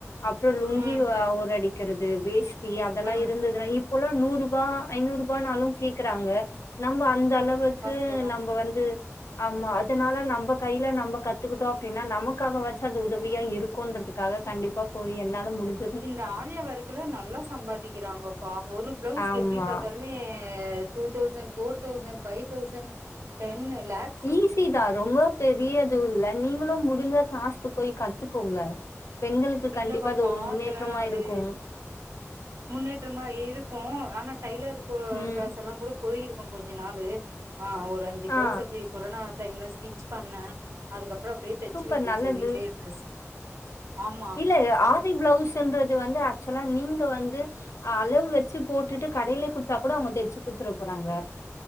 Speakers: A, on the left; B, on the right.
A: அப்புறோ லுங்கி
B: ம்
A: வ ஓர அடிக்கிறது வேஷ்ட் டி அதெல்லா
B: ம்
A: இருந்ததுன்னா இப்பல்லா நூறுபா ஐநூரூபாநாலு கேக்குறாங்க நம்ப அந்த அளவுக்கு
B: குதா
A: நம்ம வந்து ஆமா அதனால நம்ப கைல நம்ம கத்துக்கிட்டோ அப்டின்னா நமக்காக வாச்சு அது உதவியா இருக்குன்றதுக்காக கண்டிப்பா போய் என்னால முடிஞ்ச
B: இந்த ஆரியா வொர்க்ல நல்லா சம்பாதிக்கிறாங்கப்பா ஒரு பிளவுஸ்கு
A: ஆமா.
B: எப்டி பாத்தாலு மே two thousand four thousand five thousand ten lakh
A: easy தா ரொம்ப பெரியது இல்ல நீங்களு முடிஞ்சா க்ளாஸ்க்கு போய் கத்துக்கோங்க பெண்களுக்கு
B: இல்லப்பா
A: கண்டிப்பா அது
B: பாத்தே
A: ஒரு முன்னேற்றமா
B: அது
A: இருக்கும்
B: முன்னேற்றமா இருக்கு ஆனா டைலர் கோ
A: ம்.
B: க்ளஸ் எல்லா கூட போயிருக்கோ கொஞ்ச நாளு ஆ ஒரு அஞ்சு
A: ஆ
B: ப்ளவ்ஸ் அப்டி கொரோனா டைம்ல ஸ்டிச் பண்ண அதுக்கப்றோ அப்டியே டச்சு
A: சூப்பர்
B: விட்ருச்சி
A: நல்லது.
B: வீட்லியே இருக்குசு ஆமா
A: இல்ல ஆரா ப்ளவுஸ்ன்றது வந்து ஆக்சுவலா நீங்க வந்து அளவு வச்சு போட்டுட்டு கடைலே குடுத்தா கூட அவங்க தச்சு குத்துட்ட போறாங்க